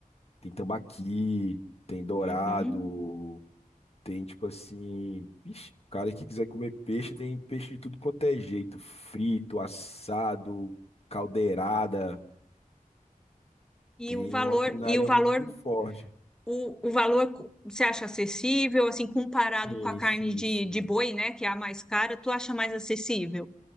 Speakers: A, on the left; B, in the centre.
A: Tem tambaqui, tem dourado,
B: Uhum.
A: tem tipo assim. Ixi, o cara que quiser comer peixe, tem peixe de tudo quanto é jeito. Frito, assado, caldeirada.
B: E
A: Tem
B: o valor,
A: uma culinária
B: e o
A: muito
B: valor,
A: forte.
B: o, o valor co- você acha acessível, assim, comparado
A: Sim,
B: com a carne
A: sim,
B: de,
A: sim.
B: de boi, né, que é a mais cara, tu acha mais acessível?